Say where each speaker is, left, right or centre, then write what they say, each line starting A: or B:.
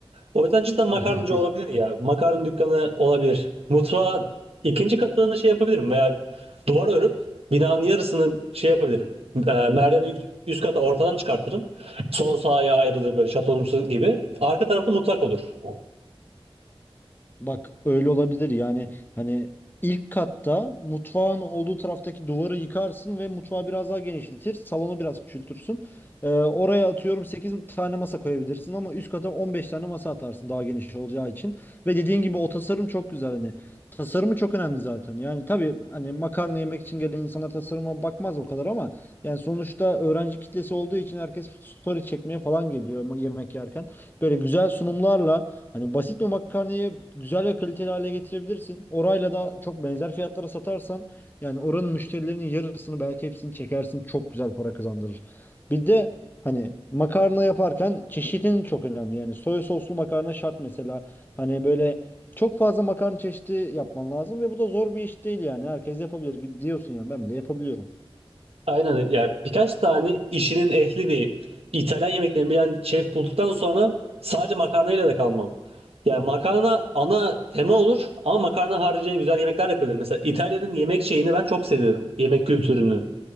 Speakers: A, on the right; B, on the left.
A: O yüzden cidden makarnacı
B: Evet.
A: olabilir ya. Makarna dükkanı olabilir. Mutfağa ikinci katını şey yapabilirim veya duvar örüp binanın yarısını şey yapabilirim. E, merdiveni yük- üst kata ortadan çıkartırım. Sol sağa ayrılır böyle şatonumsu gibi. Arka tarafta mutfak olur.
B: Bak öyle olabilir yani hani ilk katta mutfağın olduğu taraftaki duvarı yıkarsın ve mutfağı biraz daha genişletir, salonu biraz küçültürsün. Ee, oraya atıyorum 8 tane masa koyabilirsin ama üst kata 15 tane masa atarsın daha geniş olacağı için. Ve dediğin gibi o tasarım çok güzel hani tasarımı çok önemli zaten. Yani tabii hani makarna yemek için gelen insanlar tasarıma bakmaz o kadar ama yani sonuçta öğrenci kitlesi olduğu için herkes story çekmeye falan geliyor yemek yerken. Böyle güzel sunumlarla Hani basit bir makarnayı güzel ve kaliteli hale getirebilirsin. Orayla da çok benzer fiyatlara satarsan yani oranın müşterilerinin yarısını belki hepsini çekersin. Çok güzel para kazandırır. Bir de hani makarna yaparken çeşidin çok önemli. Yani soya soslu makarna şart mesela. Hani böyle çok fazla makarna çeşidi yapman lazım ve bu da zor bir iş değil yani. Herkes yapabilir diyorsun yani ben bile yapabiliyorum.
A: Aynen yani birkaç tane işinin ehli bir İtalyan yemeklerini bilen şef bulduktan sonra sadece makarnayla da kalmam. Yani makarna ana tema olur ama makarna haricinde güzel yemekler yapılır. Mesela İtalya'nın yemek şeyini ben çok seviyorum. Yemek kültürünü.